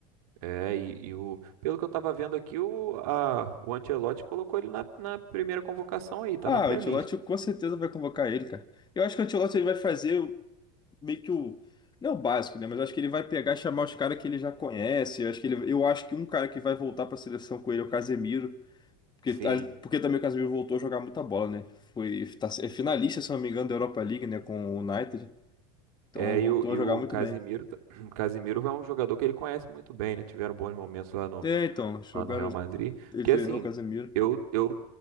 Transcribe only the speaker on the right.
é, e, e o, pelo que eu tava vendo aqui, o, a, o Ancelotti colocou ele na, na primeira convocação aí, tá
na pré-lista.
Sim,
É,
e o, e
o
Casimiro,
ta- <clears throat> Casimiro é um jogador que ele conhece muito bem, né? Tiveram bons momentos lá no,
lá no Real Madrid.
Porque
assim,
eu, eu